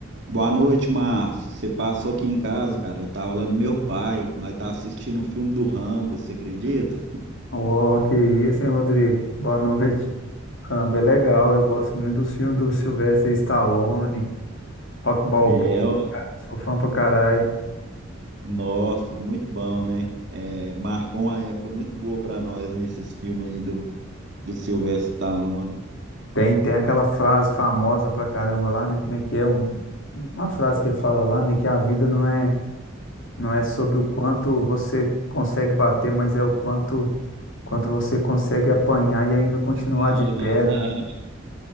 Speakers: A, on the right (about 60°); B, on the left (about 65°).
A: Boa noite, Márcio. Você passou aqui em casa, cara. Eu tava lá no meu pai. Nós tava assistindo um filme do Rambo, você acredita?
B: Oh, que isso, hein, Rodrigo? Boa noite. Rambo é legal, eu gosto muito dos filmes do Sylvester Stallone, Rock Balboa,
A: É, ó,
B: cara, sou fã pra caralho.
A: nossa, muito bom, né? É, marcou uma época muito boa pra nós nesses filmes aí do, do Sylvester Stallone.
B: Tem, tem aquela frase famosa pra caramba lá, né? Como é que é? Um, uma frase que fala lá, né? Que a vida não é, não é sobre o quanto você consegue bater, mas é o quanto, quanto você consegue apanhar e ainda continuar
A: É
B: de pé.
A: verdade.
B: né?